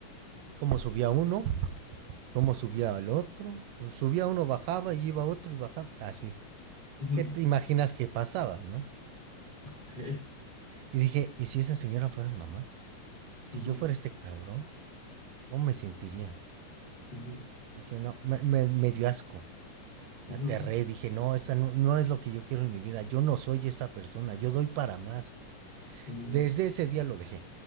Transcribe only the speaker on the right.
cómo subía uno, cómo subía el otro. pues, Subía uno, bajaba y iba otro y bajaba. Así.
¿Qué te imaginas que pasaba, no?
Y dije, ¿y si esa señora fuera mamá? Si
yo fuera este cabrón, ¿cómo me sentiría?
Dije, no, me, me- me dio asco. Me
aterré, dije, no, esta no, no es lo que yo quiero en mi vida. Yo no soy esta persona, yo doy para más.
Desde ese día lo dejé.